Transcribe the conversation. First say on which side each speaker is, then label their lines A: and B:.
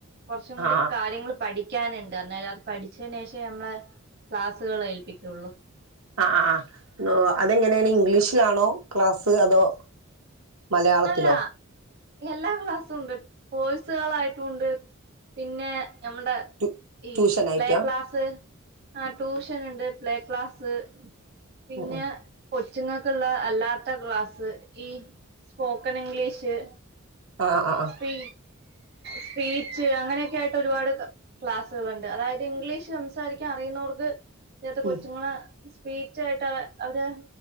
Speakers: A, on the right; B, on the right.
A: കൊർച്ചും
B: ആ
A: കൂടി കാര്യങ്ങൾ പഠി ക്കാന്ണ്ട് അന്നേരം അത് പഠിചേന ഷെ നമ്മള് ക്ലാസ്സ്കൾ ഏൽപ്പിക്കൊള്ളു.
B: ആഹ് ആഹ് ആഹ് അതെങ്ങനേന് ഇംഗ്ലീഷിലാണോ ക്ലാസ്സ് അതോ? മലയാളത്തിലോ?
A: അല്ല എല്ലാ ക്ലാസ്സും ഉണ്ട്. കോഴ്സുകളായിട്ടുണ്ട്. പിന്നെ നമ്മടെ
B: ടു
A: ഈ
B: ട്യൂഷൻ ആയിട്ടാ
A: പ്ലേ ക്ലാസ്സ് ആ ട്യൂഷന് ണ്ട്. പ്ലേ ക്ലാസ്സ് പിന്നെ
B: ഉം ഉം
A: കൊച്ച്ങ്ങക്ക്ള്ളെ അല്ലാത്ത ക്ലാസ് ഈ സ്പോക്കൺ ഇംഗ്ലീഷ്
B: ആ ആ ആ ആ
A: സ്പീ സ്പീച്ച് അങ്ങനെയൊക്കെ ആയിട്ട് ഒരുപാട് ക ക്ലാസ്സുകളണ്ട്. അതായത് ഇംഗ്ലീഷ് സംസാരിക്കാൻ അറിയുന്നവർക്ക് ഇത്തെ
B: ഉം
A: കൊച്ചുങ്ങളെ സ്പീച്ചായിട്ട് അവ അവരെ